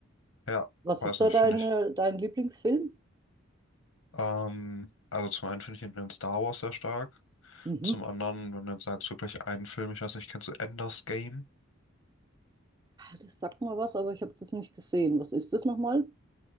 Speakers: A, on the left (about 85°); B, on the right (about 20°).
A: Ja,
B: Was
A: weiß
B: ist
A: nicht,
B: da dein,
A: finde ich.
B: äh, dein Lieblingsfilm?
A: Ähm, also zum einen finde ich ihn in Star Wars sehr stark.
B: Mhm.
A: Zum anderen, wenn du jetzt sagst, wirklich einen Film, ich weiß nicht, kennst du Ender's Game?
B: Das sagt mir was, aber ich habe das nicht gesehen. Was ist das nochmal?